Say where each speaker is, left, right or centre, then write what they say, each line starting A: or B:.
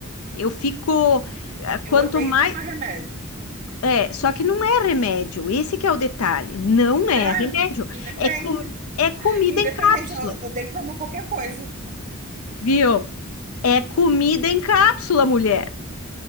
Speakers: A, on the left; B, on the right.
A: Eu fico, eh, quanto
B: Eu odeio
A: mais.
B: tomar remédio.
A: É, só que não é remédio, esse que é o detalhe. Não é
B: Não,
A: remédio.
B: independe.
A: É, com, é comida
B: Independente,
A: em cápsula,
B: eu eu odeio tomar qualquer coisa.
A: viu? É comida em cápsula, mulher.